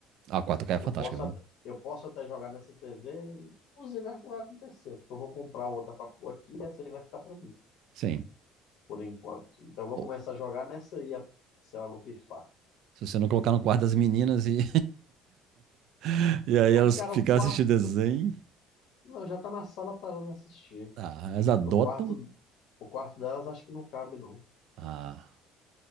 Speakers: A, on the right; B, on the left.
A: Ah, quatro k é
B: eu
A: fantástica,
B: posso,
A: viu?
B: at- eu posso até jogar nessa TV. Inclusive, é o que vai acontecer, porque eu vou comprar outra para pôr aqui e essa aí vai ficar para mim,
A: Sim.
B: por enquanto. Então, eu vou
A: Ou-
B: começar a jogar nessa aí, a- se ela não pifar.
A: Se você não colocar no quarto das meninas e, <laughs> e aí
B: Ah,
A: elas
B: cara,
A: ficarem
B: o quarto.
A: assistindo desenho.
B: Não, já tá na sala para elas assistir.
A: Ah, elas adotam.
B: No quarto, o quarto delas acho que não cabe, não.
A: Ah,